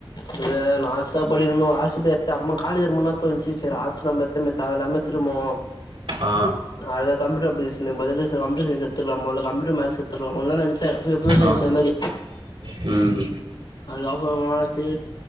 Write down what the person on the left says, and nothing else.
அது நாச்ச்தா படிக்கன்னு ஒரு ஆசிரியர்ட அம்மா காலேஜ் முன்னாத்த ஒன்ச்சிச்ச ஆச்சு நம்ப திரும்ப தேவ இல்லாம திரும்பவு
அதா கம்ப்யூட்டர் அப்ளிகேஷனுக்கு பதிலா சோ கம்யூட்டர் சயின்ஸ் எடுத்துர்லா போல கம்யூட்டர் மேக்ஸ் எடுத்துர்லா போலானு தா நெனச்சே பியூர் சயின்ஸ்
அது மாரி
அதுக்கப்பறோ தி